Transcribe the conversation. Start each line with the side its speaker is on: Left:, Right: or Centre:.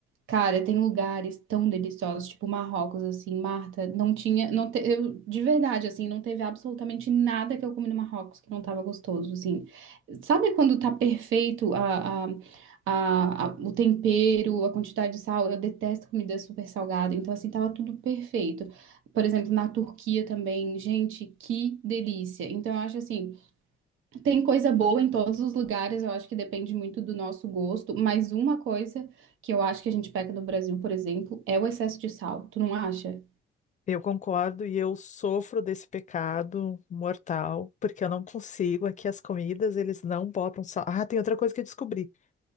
Right: cara, tem lugares tão deliciosos, tipo Marrocos, assim, Marta, não tinha, não te- eu, de verdade, assim, não teve absolutamente nada que eu comi no Marrocos que não tava gostoso, assim. Sabe quando tá perfeito a, a- a- a- o tempero, a quantidade de sal? Eu detesto comida super salgada, então, assim, tava tudo perfeito. Por exemplo, na Turquia também, gente, que delícia. Então, eu acho assim. Tem coisa boa em todos os lugares, eu acho que depende muito do nosso gosto, mas uma coisa que eu acho que a gente peca no Brasil, por exemplo, é o excesso de sal, tu não acha?
Left: Eu concordo e eu sofro desse pecado mortal, porque eu não consigo. Aqui as comidas, eles não botam sal. Ah, tem outra coisa que eu descobri.